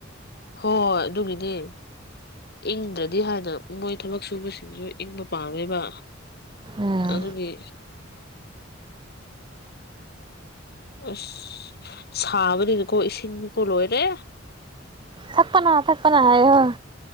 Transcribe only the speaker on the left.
ꯍꯣꯏ ꯑꯗꯨꯒꯤꯅꯦ ꯏꯪꯗ꯭ꯔꯗꯤ ꯍꯥꯏꯅ ꯃꯣꯏ ꯊꯕꯛ ꯁꯨꯕꯁꯤꯡꯁꯨ ꯏꯪꯕ ꯄꯥꯝꯃꯦꯕ꯫
ꯑꯗꯨꯒꯤ ꯑꯁ ꯁꯥꯕꯅꯤꯅꯀꯣ ꯏꯁꯤꯡꯗꯤꯀꯣ ꯂꯣꯏꯔꯦ꯫